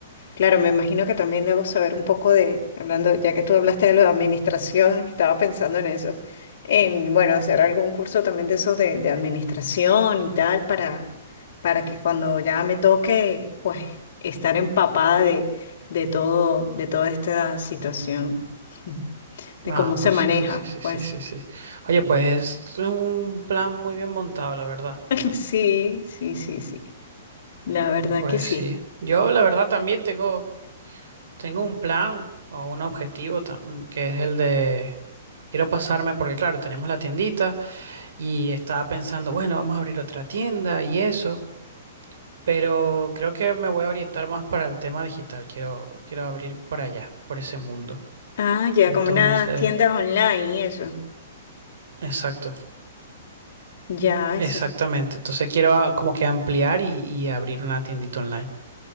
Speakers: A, on the left; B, on the right.
A: Claro, me imagino que también debo saber un poco de, hablando, ya que tú hablaste de lo de administración, estaba pensando en eso, en, bueno, hacer algún curso también de eso de, de administración y tal, para, para que cuando ya me toque, pues, estar empapada de, de todo, de toda esta situación, <laughs> de
B: Ah,
A: cómo se
B: pues
A: maneja,
B: sí, sí, sí, sí,
A: pues.
B: sí, sí, sí. Oye, pues es un plan muy bien montado, la verdad.
A: <laughs> Sí, sí, sí, sí. La verdad
B: Pues
A: que sí.
B: sí. Yo, la verdad, también tengo, tengo un plan o un objetivo tam- que es el de quiero pasarme, porque claro, tenemos la tiendita. y estaba pensando, bueno, vamos a abrir otra tienda y eso, pero creo que me voy a orientar más para el tema digital, quiero, quiero abrir para allá, por ese mundo.
A: Ah, ya,
B: Entonces,
A: como unas tiendas online y eso.
B: exacto,
A: Ya,
B: exactamente.
A: eso es.
B: Entonces quiero ah, como que ampliar y, y abrir una tiendita online.